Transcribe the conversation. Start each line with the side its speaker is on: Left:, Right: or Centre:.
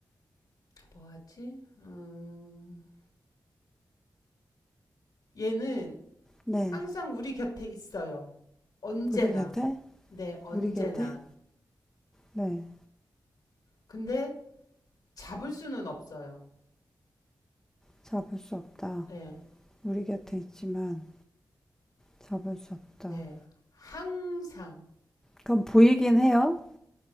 Left: 뭐 하지? 음, 얘는
Centre: 네.
Left: 항상 우리 곁에 있어요. 언제나.
Centre: 우리 곁에?
Left: 네, 언제나.
Centre: 우리 곁에? 네.
Left: 근데 잡을 수는 없어요.
Centre: 잡을 수 없다.
Left: 네,
Centre: 우리 곁에 있지만 잡을 수 없다.
Left: 네. 항상.
Centre: 그럼 보이긴 해요.